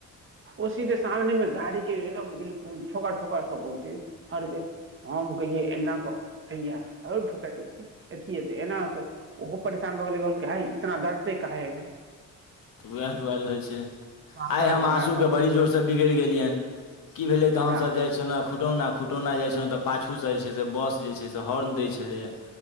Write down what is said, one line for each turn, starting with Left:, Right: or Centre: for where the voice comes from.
Right: ओसीधे सामनेमे गाड़ी के एकदम बिलकुल ठोका ठोका सब छै हर बेर हम कहियए एना क हैया रौ ठोकेतै एथी हेतै एना होत ओहो परेशान भ' गेलै कहलकै हइ इतना डरते काहे है
Left: तऽ उएह दुआरे होइ छै
Right: हमरा
Left: आइ हम
Right: हमरा
Left: आसूकेँ
Right: कर
Left: बड़ी जोरसँ बिगड़ि गेलियनि की भेले तऽ
Right: हमरा
Left: हमसभ जाइ छलहुं खुटौना खुटौना जाइ छलहुँ तऽ पा छूसँ जे छै से बस जे छै से हॉर्न दय छलैय